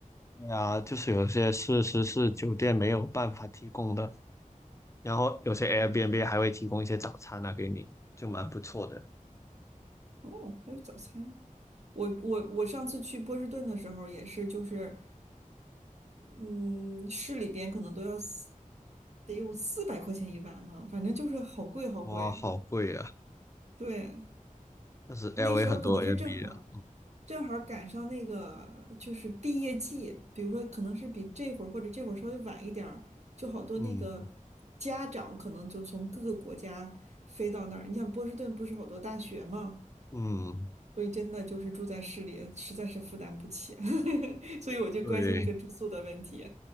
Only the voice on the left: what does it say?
对啊，就是有些设施是酒店没有办法提供的。然后有些 Airbnb 还会提供一些早餐啊给你，就蛮不错的。
哇，好贵啊！
但是
LA 很多 Airbnb 啊，
嗯嗯
嗯，
对。